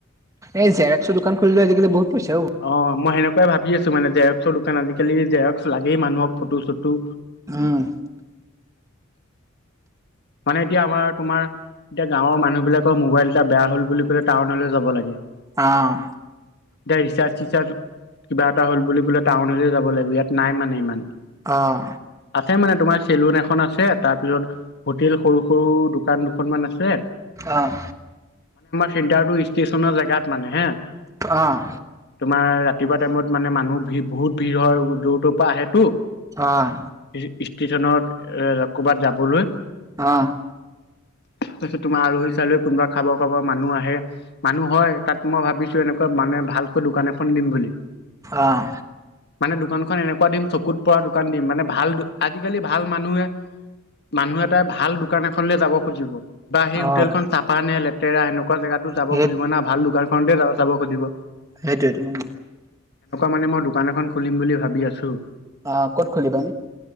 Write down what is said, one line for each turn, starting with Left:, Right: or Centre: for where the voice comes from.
Right: এই জেৰক্সৰ দোকান খলীলে আজিকালিহ বহুত পইচা অ'।
Left: অহ, মই সেনেকুৱাই ভাবি ভাবি আছো মানে জেৰক্সৰ দোকান আজিকালি জেৰক্স লাগেই মানুহক ফটো চটো
Right: উম,
Left: মানে এতিয়া আমাৰ, তোমাৰ এতিয়া গাঁৱৰ মানুহ বিলাকৰ মোবাইল এটা বেয়া হল বুলি কলে টাউনলৈ যাব লাগে
Right: অহ'।
Left: এতিয়া ৰিচাৰ্জ, চিচাৰ্জ কিবা এটা হল বুলি কলে টাউনলৈ যাব লাগিব। ইয়াত নাই মানে ইমান।
Right: অহ
Left: আছে মানে তোমাৰ চেলুন এখন আছে তাৰপিছত হোটেল সৰু সৰু দোকান দুখন মান আছে।
Right: অহ
Left: চিটাৰ গুৰি ষ্টেচনৰ জেগাত মানে হে
Right: অ',
Left: তোমাৰ ৰাতিপুৱা টাইমত মানে মানুহ ভিৰ বহুত ভিৰ হয় দূৰটোৰ পৰা আহে টো
Right: অ',
Left: ই <unintelligible> ষ্টেচনত এ ক'বাত যাবলৈ
Right: অ।
Left: তাৰপিছত তোমাৰ আলহী চালহী কোনোবা খাব খাব মানুহ আহে মানুহ হয় তাত মই ভাবিছো এনেকুৱা মানে ভালকৈ দোকান এখন দিম বুলি।
Right: অ',
Left: মানে দোকানখন এনেকুৱা দিম চকুত পৰা দোকান দিম মানে ভাল আজি কালি ভাল মানুহে মানুহ এটাই ভাল দোকান এখনলৈ যাব খুজিব। বা সেই
Right: অ',
Left: হোটেলখন চাফা নে লেত তেটৰা হেনো খোৱা জেগাতো চাব
Right: সেই
Left: খুজিব না ভাল দোকান খনতে যাবা চাব খোজিব।
Right: সেইটোয়ে টো উম।
Left: মানে মই দোকান এখন খুলিম বুলি ভাবি আছো।
Right: অ ক'ত খুলিবা?